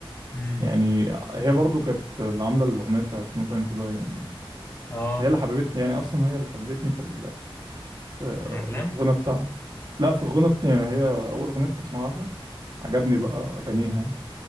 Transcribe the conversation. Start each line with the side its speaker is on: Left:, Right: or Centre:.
Left: امم
Right: يعني هي برضو كانت اللي عامله الاغنيه بتاعت نو تايم تو داي يعني
Left: اه
Right: هي اللي حببتني يعني اصلا هي اللي حببتني في ال... في
Left: في الافلام
Right: الغنى بتاعها لا في الغنى بت... يعني هي اول اغنيه كنت اسمعها لها عجبني بقى اغانيها يعني.